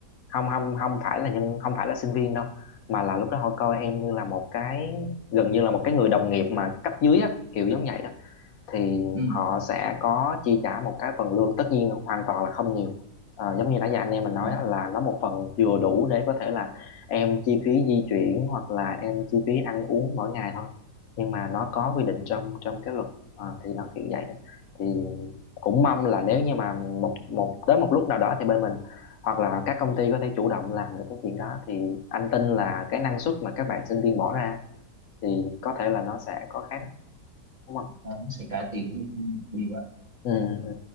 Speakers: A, on the left; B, on the right.
A: không không không phải là nhân không phải là sinh viên đâu mà là lúc đó họ coi em như là một cái gần như là một cái người đồng nghiệp mà cấp dưới á kiểu giống vậy đó thì
B: ừ
A: họ sẽ có chi trả một cái phần lương tất nhiên hoàn toàn là không nhiều Ờ, giống như nãy giờ anh em mình nói
B: dạ
A: là nó một phần vừa đủ để có thể là em chi phí di chuyển hoặc là em chi phí ăn uống mỗi ngày thôi nhưng mà nó có quy định trong trong cái luật Ờ, thì nó kiểu vậy đó thì cũng mong là nếu như mà một một tới một lúc nào đó thì bên mình hoặc là các công ty có thể chủ động làm được cái chuyện đó thì anh tin là cái năng suất mà các bạn sinh viên bỏ ra thì có thể là nó sẽ có khác đúng không
B: Ờ, nó sẽ cải thiện cái- nhiều quá
A: ừ ừ